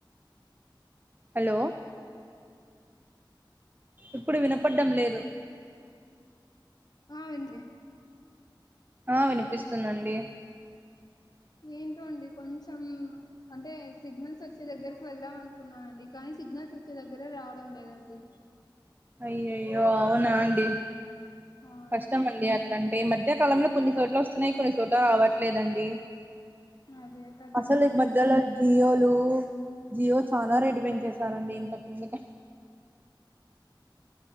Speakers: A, on the right; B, on the left.
A: హలో ఇప్పుడు వినపడ్డం లేదు
B: ఆ వెంచి
A: ఆ వినిపిస్తుందండి
B: ఏంటో అండి కొంచెం అంటే సిగ్నల్స్ వచ్చే దగ్గరికి వెళ్దాం అనుకున్నానండి కానీ సిగ్నల్స్ వచ్చే దగ్గరే రావడం లేదండి
A: అయ్యయ్యో అవునా అండి
B: అవునండి
A: కష్టమండి అట్లాంటే ఈ మధ్యకాలంలో కొన్ని చోట్ల వస్తున్నాయి కొన్ని చోట్ల రావట్లేదండి
B: అదే కదండీ
A: అసలు ఈ మధ్యలో జియోలు జియో చాలా రేటు పెంచేశారండి ఇంత ముందు క